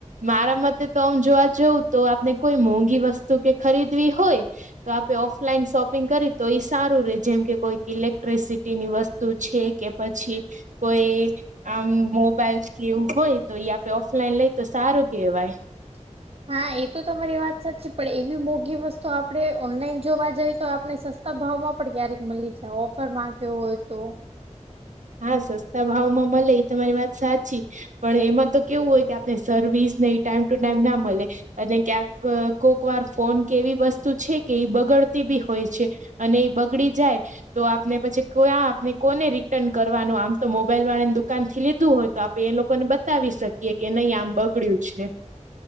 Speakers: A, on the right; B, on the right.
A: મારા મતે તો આમ જોવા જઉં તો, આપને કોઈ મોંઘી વસ્તુ કે ખરીદવી હોય. તો આપે ઓફલાઈન શોપિંગ કરી તો, એ સારું રે, જેમ કે કોઈક ઇલેક્ટ્રિસિટીની વસ્તુ. તું છે કે પછી કોઈ આમ મોબાઈલ કે એવું હોય તો એ આપડે ઓફલાઈન લઈ તો સારું કેવાય
B: <inaudible> હા એ તો તમારી વાત સાચ છે પણ એવી મોઘી વસ્તુ આપડે ઓનલાઈન જોવા જઈએ તો આપણે સસ તા ભાવમાં પણ ક્યારેક મળી જાય ઓફર માંક્યો હોય તો
A: હા સસ્તા ભાવ માં મળે તમારી વાત સાચી પણ એમાં તો કેવું હોય કે આપને સર્વિસ ને ઈ ટાઈમ ટુ ટાઈમ ના મળે અને ક્યાંક કોક વાર ફોન કે એવી વસ્તુ છે કે એ બગડતી બી હોય છે અને એ બગડી જાય તો આપને પછી કો આપને કોને રી ટન કરવાનું આમ તો મોબાઈલ વાળા દુકાન થી લીધું હોય તો આપે એ લોકોને બતાવી શ કિએ કે નઈ આમ બગડય્યું છે